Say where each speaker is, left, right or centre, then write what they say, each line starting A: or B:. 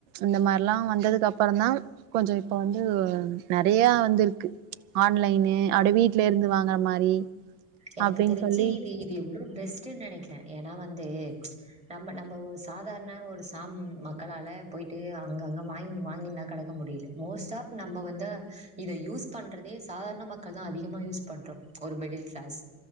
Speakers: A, on the right (about 80°); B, on the right (about 15°).
A: இந்த மார்லா வந்ததுக்கப்பறந்தா கொஞ்சோ இப்ப வந்து நெறையா வந்திருக்கு ஆன்லைன்னு அடு வீட்ல இருந்து வாங்கற மாரி
B: எனக்கு
A: அப்டின்னு
B: தெரிஞ்சு
A: சொல்லி
B: இது இது எவ்ளோ பெஸ்ட்டுன் நெனைக்ற ஏனா வந்து நம்ம நம்ம ஒ சாதார்ண ஒரு சாம் மக்களால போய்ட்டு அங்கங்க வாங்கின் வாங்கின்னா கடக்க முடில மோஸ்ட் ஆப் நம்ம வந்து இதை யூஸ் பண்றதே சாதார்ண மக்கள் தா அதிகமா யூஸ் பண்றோ ஒரு மிடில் க்ளாஸ்